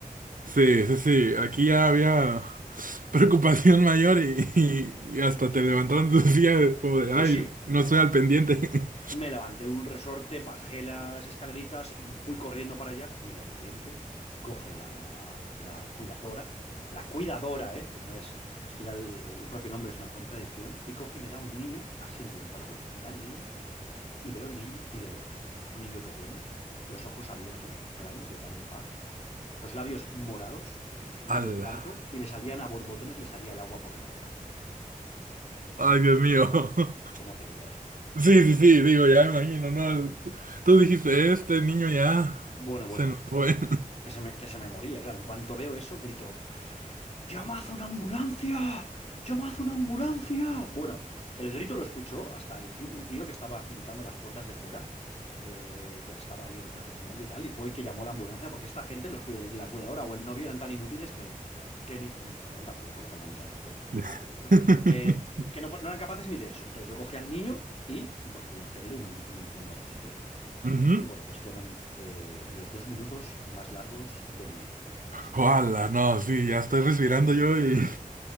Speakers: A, on the right; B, on the left.
A: Sí, sí, sí, aquí ya había <laughs> preocupación mayor y, y- y hasta te levantaron de tu silla como de,
B: Sí,
A: ay,
B: sí,
A: no
B: me levanté,
A: estoy al pendiente. <laughs>
B: me levanté de un resorte, bajé las escaleritas, fui corriendo para allá y de repente coge la, la cuidadora, la cuidadora, ¿eh? Que no es, es que ya el, el propio nombre es una contradicción, y coge y me da un niño, así entre los brazos, me da el niño y veo el niño y le veo, un niño pequeño, los ojos abiertos, grandes, de par en par los labios morados, medio
A: Ala.
B: blanco, y le salían a borbotones, le salía el agua por la boca.
A: Ay, Dios mío. <laughs>
B: ¿Cómo te quedas?
A: Sí, sí, sí, digo, ya me imagino, ¿no? Tú dijiste, este niño ya
B: Bueno, bueno,
A: se nos fue.
B: que se me, que se me moría, claro. En cuanto veo eso, grito, ¡Llamad a una ambulancia! ¡Llamad a una ambulancia! Bueno, el grito lo escuchó hasta el tío- un tío que estaba pintando las puertas de fuera, eh, que las estaba ahí perfeccionando y tal, y fue el que llamó a la ambulancia, porque esta gente, los cuida- la cuidadora o el novio eran tan inútiles que, que ni... eh, perdón, tampoco es por faltarles al respeto a los pobres,
A: <laughs>
B: pero bueno, eh, que no, fu- no eran capaces ni de eso. Entonces yo cogí al niño y procedí a hacerle un, un- un RCP, ¿no?
A: Ujú.
B: Y bueno, pues fueron eh, los dos minutos más largos de mi vida, como te puedas imaginar.
A: Ala, no, sí, ya estoy respirando yo y...